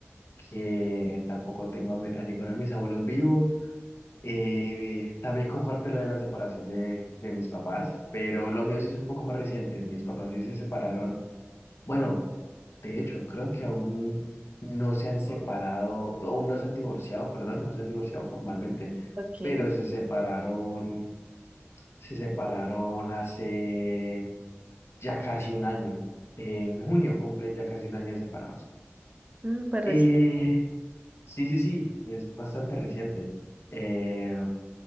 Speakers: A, on the left; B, on the right.
A: que tampoco tengo a, mi- a ninguno de mis abuelos vivo. Eh, también comparto lo de la separación de, de mis papás, pero lo mío sí es un poco más reciente. Mis papás sí se separaron. Bueno, de hecho, creo que aún no se han separado, aún no se han divorciado, perdón, no se han divorciado formalmente,
B: Ok,
A: pero se separaron, se separaron hace ya casi un año. En junio cumplen ya casi un año de separados.
B: mm, pues recién.
A: Eh, sí, sí, sí, es bastante reciente. Eh,